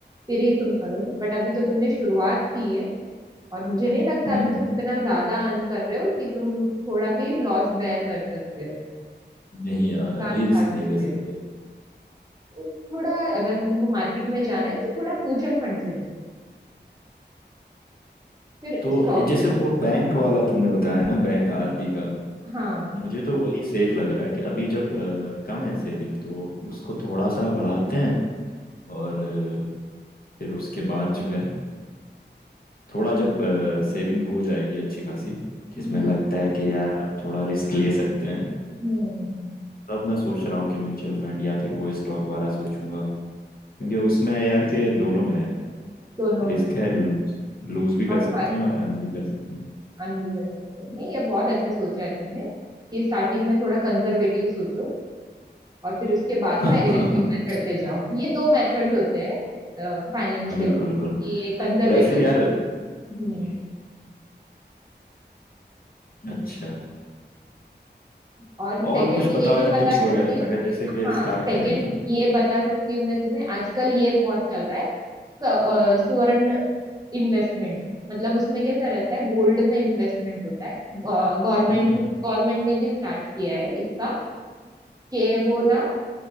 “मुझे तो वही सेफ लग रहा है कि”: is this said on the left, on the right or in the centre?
Left